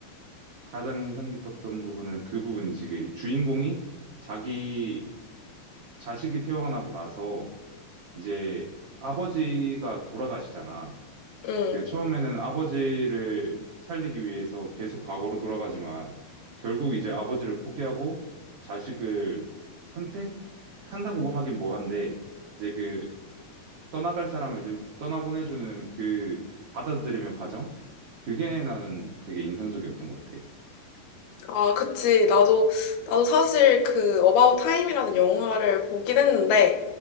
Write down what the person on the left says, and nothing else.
응
아, 그치. 나도, 나도 사실 그 어바웃 타임이라는 영화를 보긴 했는데,